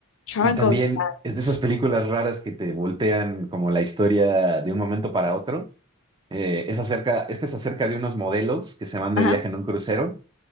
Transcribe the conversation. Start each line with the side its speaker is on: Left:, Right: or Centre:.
Left: Triangle
Right: y también
Left: Sadness.
Right: es de esas películas raras que te voltean como la historia de un momento para otro. Eh, es acerca, esta es acerca de unos modelos que se van de
Left: Ajá,
Right: viaje en un crucero